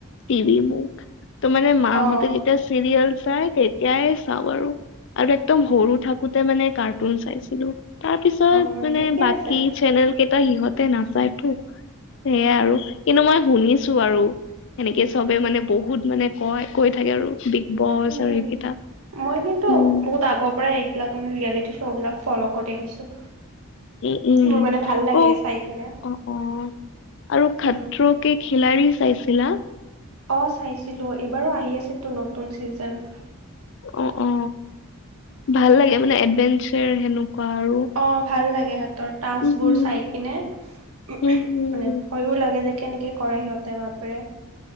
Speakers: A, on the left (about 55°); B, on the right (about 80°).
A: টিভি মোক। তো মানে মাহঁতে
B: অ
A: যেতিয়া চৰিয়েল চাই তেত তিয়াই চাও আৰু আৰু একদম সৰু থাকোতে মানে কাৰ্টুন চাইছিলো। তাৰ পিছত
B: অ
A: মানে
B: ঠিকে
A: বাকী
B: আছে
A: চেনেল কেইটা সিহঁতে নাচায়তো সেয়াই আৰু কিন্তু মই শুনিছো আৰু সেনেকে চবে মানে বহুত মানে কয় কৈ থাকে আৰু বিগ বছ
B: উম
A: আৰু এইকেইটা
B: মই কিন্তু
A: উম
B: বহুত আগৰ পৰাই এইবিলাক মানে ৰিয়েলিটি শ্ব'বিলাক ফ'ল' কৰি আহিছোঁ
A: উম উম
B: মোৰ মানে ভাল লাগে
A: অ
B: চাই কিনে
A: অ অ আৰু খাতৰৌ
B: উম
A: কে খিলাৰি চাইছিলা।
B: অ চাইছিলো এইবাৰো আহি আছে তো নতুন চিজেন।
A: অ অ ভাল লাগে মানে এডভেন্সেৰ সেনেকুৱা আৰু
B: অ ভাল লাগে সিহতৰ টাস্ক
A: উম
B: বোৰ
A: হুম
B: চাই কিনে। মানে
A: উম হুম।
B: ভয়ো লাগে যে কেনেকে কৰে সিহঁতে বাপেৰে।